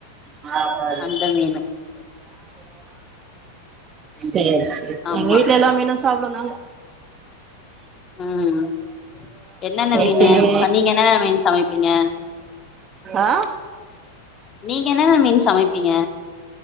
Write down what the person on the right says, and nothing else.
<unintelligible>
<unintelligible> <unintelligible>
சேரிசேரி
எங்க வீட்டில எல்லா மீனும் சாப்டணும்
நெத்திலி
ஆ